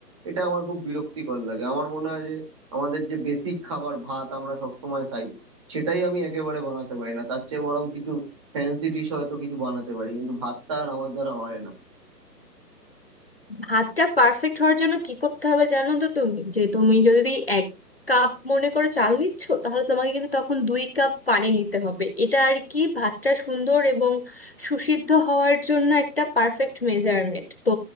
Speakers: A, on the right; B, on the left.
A: এটা আমার খুব বিরক্তিকর লাগে আমার মনে হয় যে আমাদের যে বেসিক খাবার ভাত আমরা সবসময় খাই সেটাই আমি একেবারে বানাতে পারি না তার চেয়ে বরং কিছু ফ্যান্সি ডিশ হয়তো কিছু বানাতে পারি কিন্তু ভাতটা আর আমার দ্বারা হয় না
B: ভাতটা পারফেক্ট হওয়ার জন্য কি করতে হবে জানো তো তুমি যে তুমি যদি এক কাপ মনে করো চাল নিচ্ছ তাহলে তোমাকে কিন্তু তখন দুই কাপ পানি নিতে হবে এটা আর কি ভাতটা সুন্দর এবং সুসিদ্ধ হওয়ার জন্য একটা পারফেক্ট মেজারমেন্ট তো